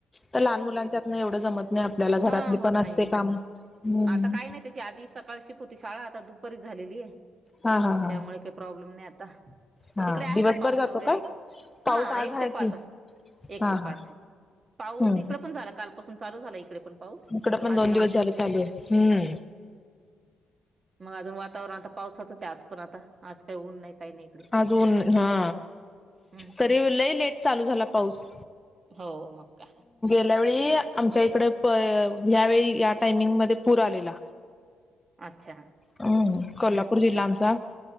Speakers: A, on the left (about 15°); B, on the right (about 40°).
A: तर लहान मुलांच्यातन एवढं जमत नाही. आपल्याला
B: हा
A: घरातली
B: होत
A: पण असते
B: नाही
A: काम, हम्म
B: आता काय नाही त्याची, आधी सकाळ शिप होती शाळा आता दुपारीच झालेली आहे.
A: हा हा हा,
B: त्यामुळे काही प्रॉब्लेम नाही आता,
A: हा
B: तिकडे आहे
A: दिवसभर
B: का पाऊस
A: जातो
B: वगैरे?
A: काय? पाऊस
B: हा
A: आज
B: एक
A: आहे
B: ते पाच
A: की
B: अस एक
A: हा
B: ते
A: हा
B: पाच आहे, पाऊस
A: हम्म
B: इकड पण झाला, कालपासून चालू झाला इकडे पण, पाऊस
A: इकडं पण
B: आधी
A: दोन
B: नव्हता
A: दिवस झाले चालू हम्म,
B: मग अजून वातावरण आता पावसाचंच, आज पण आता आज काही ऊन नाही काही नाही इकडे,
A: अजून हा
B: हम्म
A: तरी लय लेट चालू झाला पाऊस,
B: हो मग का,
A: आपल्या वळी आमच्या इकड, ह्यावेेळी या टायमिंगमध्येध्ये पूर आलेला.
B: अच्छा
A: हम्म कोल्हापूर जिल्हा आमचा,